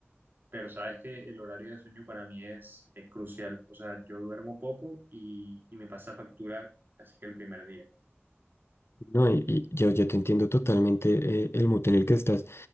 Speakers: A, on the right; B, on the left.
A: pero sabes que el horario de sueño para mí es, es crucial. O sea, yo duermo poco y, y me pasa factura casi que el primer día.
B: No, y, y yo, yo te entiendo totalmente eh, el mood en el que estás.